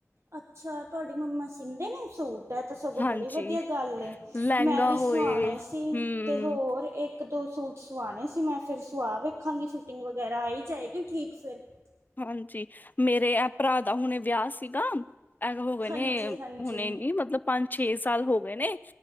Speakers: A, on the right; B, on the left.
A: ਅੱਛਾ ਤੁਹਾਡੀ ਮੰਮਾ ਸੀਂਦੇ ਨੇ ਸੂ ਤਾਂ ਸਗੋਂ ਬੜੀ
B: ਹਾਂਜੀ
A: ਵਧੀਆ ਗੱਲ ਏ
B: ਲਹਿੰਗਾ
A: ਮੈਂ ਵੀ
B: ਹੋਏ
A: ਸੁਆਣੇ ਸੀ
B: ਹਮ
A: ਤੇ ਹੋਰ ਇੱਕ ਦੋ ਸੂਟ ਸੁਵਾਣੇ ਸੀ ਮੈਂ ਫਿਰ ਸੁਵਾ ਵੇਖਾਂਗੀ, ਫਿਟਿੰਗ ਵਗੈਰਾ ਆਈ ਜਾਏਗੀ ਠੀਕ ਫਿਰ
B: ਹਾਂਜੀ ਮੇਰੇ ਭਰਾ ਦਾ ਹੁਣੇ ਵਿਆਹ ਸੀਗਾ ਐ ਹੋ ਗਏ
A: ਹਾਂਜੀ
B: ਨੇ
A: ਹਾਂਜੀ
B: ਹੁਣੇ ਨੀ ਮਤਲਬ ਪੰਜ ਛੇ ਸਾਲ ਹੋ ਗਏ ਨੇ